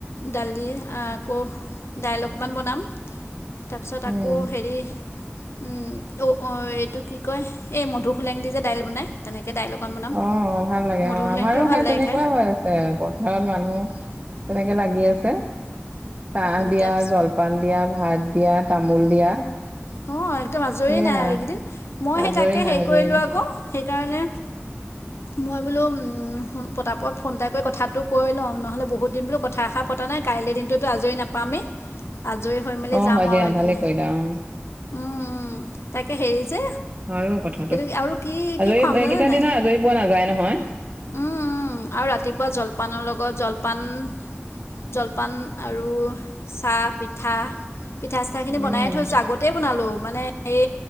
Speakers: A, on the left; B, on the right.
A: দালি আকৌ দাইল অকণমান বনাম তাৰপিছত
B: উম
A: কো হেৰি উম, অ, এইটো কি কয় এই মধু খোলেং দি যে দাইল বনায়। তেনেকে দাইল অকন বনাম।
B: অ, ভাল লাগে
A: মধুসোলেংটোও
B: অ, আমাৰো
A: ভাল
B: সেই
A: লাগে
B: তেনেকুৱাই
A: খাই
B: হৈ আছে পথাৰত মানুহ তেনেকে লাগি আছে চাহ দিয়া
A: তাৰপিছত
B: জলপান দিয়া ভাত দিয়া তামোল দিয়া।
A: অ, একদম আজৰি
B: সেয়া
A: নাই আৰু এইকেইদিন মই
B: আজৰি
A: সেই তাকে
B: নাই
A: হেৰি
B: আজৰি
A: কৰিলো
B: নাই
A: আকৌ সেইকাৰণে মই বোলো উমমহ ফোন পতাপত ফোন এটা কৰি কথাটো কৈ লও নহ'লে বহুত দিন বোলো কথা এষাৰ পতা নাই কাইলে দিনটো তো আজৰি নাপামে আজৰি হৈ মে
B: অ
A: যাম
B: হয় দিয়া
A: আৰু এদিন
B: ভালে কৰিলা অ
A: উম - উম, তাকে হেৰি যে
B: হয়ও কথাটো
A: এইটো কি- আৰু কি কি
B: আজৰি
A: খুৱাম
B: এইকেইটা
A: জানে নাই?
B: দিনা আজৰি পোৱা নাযায় নহয়।
A: উম উম আৰু ৰাতিপুৱা জলপানৰ লগত জলপান জলপান আৰু চাহ পিঠা - পিঠা চিঠাখিনি বনায়ে
B: উম
A: থৈছো আগত তেই বনালো মানে সেই